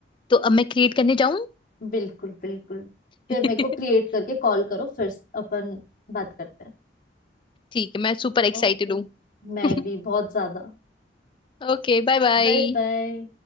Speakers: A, on the left; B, on the left.
A: तो अब मैं क्रिएट करने जाऊं
B: बिल्कुल बिल्कुल
A: <laughs>
B: फिर
A: ठीक
B: मेरे को क्रिएट करके कॉल करो फिर अपन बात करते हैं
A: है मैं सुपर एक्साइटेड
B: ओके
A: हूँ
B: मैं
A: <laughs>
B: भी बहुत ज्यादा
A: Okay bye bye
B: Bye bye